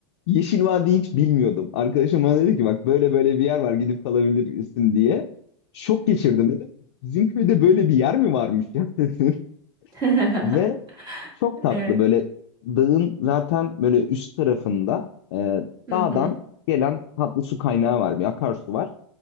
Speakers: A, on the left; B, on the right.
A: Yeşil Vadi'yi hiç bilmiyordum. Arkadaşım bana dedi ki bak böyle böyle bir yer var gidip kalabilirsin diye. Şok geçirdim dedim. Bizim köyde böyle bir yer mi varmış ya <laughs> dedim.
B: <laughs>
A: Ve çok
B: Evet.
A: tatlı böyle dağın zaten böyle üst tarafında e,
B: Hı
A: dağdan
B: hı.
A: gelen tatlı su kaynağı var. Bir akarsu var.